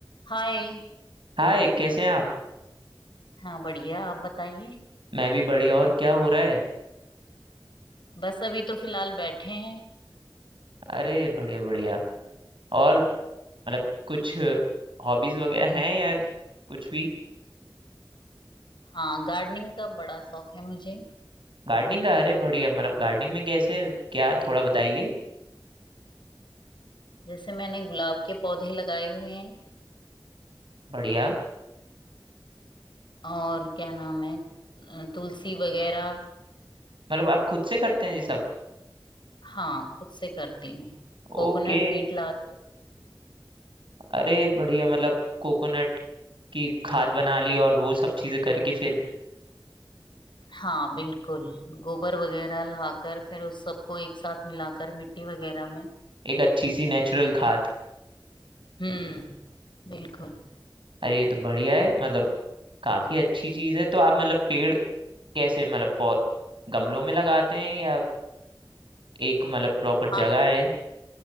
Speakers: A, on the left; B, on the right.
A: हाय
B: हाय कैसे हैं आप
A: हाँ बढ़िया आप बताइए
B: मैं भी बढ़िया और क्या हो रहा है
A: बस अभी तो फिलहाल बैठे हैं
B: अरे बढ़िया बढ़िया और मतलब कुछ हॉबीज वगैरह हैं या कुछ भी
A: हाँ गार्डनिंग का बड़ा शौक है मुझे
B: गार्डनिंग का अरे बढ़िया मतलब गार्डनिंग में कैसे क्या थोड़ा बताइए
A: जैसे मैंने गुलाब के पौधे लगाए हुए हैं
B: बढ़िया
A: और क्या नाम है अ, तुलसी वगैरह
B: मतलब आप खुद से करते हैं ये सब
A: हाँ खुद से करती हूँ कोकोनट
B: ओके
A: फीट लगा के
B: अरे बढ़िया मतलब कोकोनट की खाद बना ली और वो सब चीजें करके फिर
A: हाँ बिल्कुल गोबर वगैरह लाकर फिर उस सबको एक साथ मिलाकर मिट्टी वगैरह में
B: एक अच्छी सी नेचुरल खाद
A: हम्म बिल्कुल
B: अरे ये तो बढ़िया है मतलब काफी अच्छी चीज है तो आप मतलब पेड़ कैसे मतलब पौ- गमलों में लगाते हैं या एक मतलब प्रॉपर
A: हाँ
B: जगह है